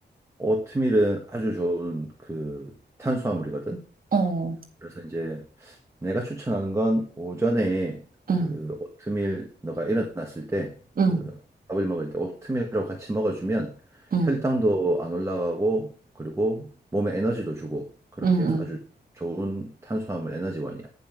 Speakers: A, on the right; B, on the right.
A: 오트밀은 아주 좋은 그 탄수화물이거든.
B: 어,
A: 그래서 이제 내가 추천하는 건 오전에
B: 응,
A: 그 오트밀 너가 일어났을 때
B: 응,
A: 그 밥을 먹을 때 오트밀하고 같이 먹어주면
B: 응.
A: 혈당도 안 올라가고 그리고 몸에 에너지도 주고 그렇게
B: 음,
A: 해서
B: 음.
A: 아주 좋은 탄수화물 에너지원이야.